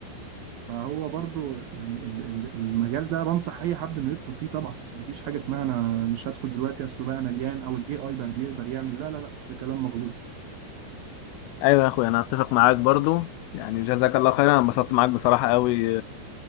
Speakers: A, on the right; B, on the left.
A: فهو برضو يعني ال- ال- المجال ده بنصح اي حد انه يدخل فيه طبعا مفيش حاجه اسمها انا مش هدخل دلوقتي اصله بقى مليان او الاي اي بقى بيقدر يعمل لا لا لا ده كلام مغلوط
B: ايوه يا اخويا انا اتفق معاك برضو يعني جزاك الله خيرا انا انبسطت معاك بصراحه قوي